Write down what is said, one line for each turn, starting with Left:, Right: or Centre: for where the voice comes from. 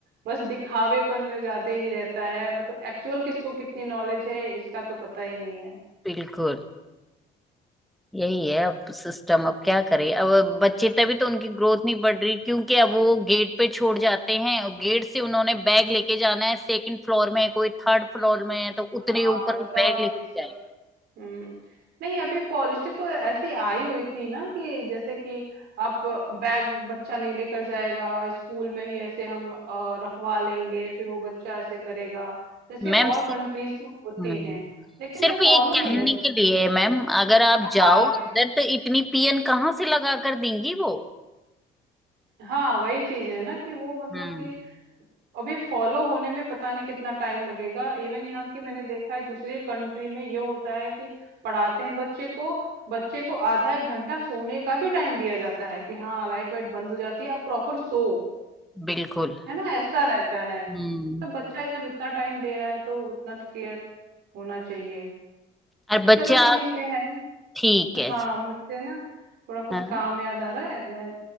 Right: बस दिखावेपन में ज्यादा ही रहता है मतलब एक्चुअल किसको कितनी नॉलेज है इसका तो पता ही नहीं है
Centre: बिल्कुल यही है अब सिस्टम अब क्या करें अब बच्चे तभी तो उनकी ग्रोथ नहीं बढ़ रही क्योंकि अब वो गेट पे छोड़ जाते हैं और गेट से उन्होंने बैग लेके जाना है सेकंड फ्लोर में है, कोई थर्ड फ्लोर में है तो
Right: हाँ
Centre: उतने ऊपर
Right: बताओ
Centre: बैग लेके
Right: ये सब
Centre: जाएगा
Right: हम्म नहीं अभी पॉलिसी तो ऐसी आई हुई थी ना कि जैसे कि आप बैग बच्चा नहीं लेकर जाएगा स्कूल में ही ऐसे हम अ, रखवा लेंगे फिर वो बच्चा ऐसे करेगा जैसे
Centre: मैम
Right: और कंट्रीज में होती
Centre: हम्म
Right: हैं लेकिन
Centre: सिर्फ
Right: ये
Centre: ये
Right: फॉलो नहीं
Centre: कहने
Right: होती
Centre: के लिए
Right: ना
Centre: मैम अगर आप
Right: हाँ
Centre: जाओ
Right: वही
Centre: अंदर तो इतनी पियन कहाँ से लगा कर देंगी वो
Right: हाँ वही चीज है ना कि वो मतलब
Centre: हम्म
Right: कि अभी फॉलो होने में पता नहीं कितना टाइम लगेगा इवन यहाँ की मैंने देखा है दूसरी कंट्री में ये होता है कि पढ़ाते हैं बच्चे को बच्चे को आधा एक घंटा सोने का भी टाइम दिया जाता है कि हाँ लाइट वाइट बंद हो जाती है अब प्रॉपर सो
Centre: बिल्कुल
Right: है ना ऐसा रहता है
Centre: हम्म
Right: तब बच्चा जब इतना टाइम दे रहा है तो उतना तो केयर होना चाहिए
Centre: और बच्चा
Right: चलो
Centre: आप
Right: ठीक है है
Centre: ठीक है
Right: हाँ
Centre: जी
Right: मुझे ना थोड़ा कुछ
Centre: हाँ
Right: काम याद आ रहा है मैं